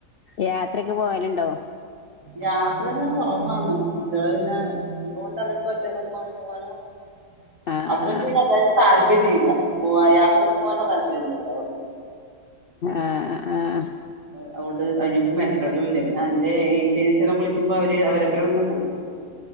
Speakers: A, on the left; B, on the right.
A: യാത്രയ്ക്ക് പോകലുണ്ടോ?
B: യാത്രയെല്ലാം കൊറവാണ്. കുട്ടികള് പിന്നെ ഉള്ളോണ്ടെന്നക്ക് ഒറ്റക്ക്‌ ഒന്നും അങ്ങനെ പോവാനോ, <inaudible>
A: ആഹ്
B: ഹസ്ബന്റു
A: ആഹ്
B: പിന്നെ എന്തായാലും താല്പര്യം ഇല്ല പോയ യാത്രൊന്നും പോകാനെന്നും താല്പര്യൊന്നുല്ല അവർക്ക്.
A: ആഹ് ആഹ്
B: അതോകൊണ്ട് അയിനിപ്പം മനക്കെടലുല്ല ഇല്ല പിന്നെ അന്റെ ഏച്ചീനത്തരം വിളിക്കുമ്പം അവര് അവരപ്പരം അങ്ങനെ പോവും.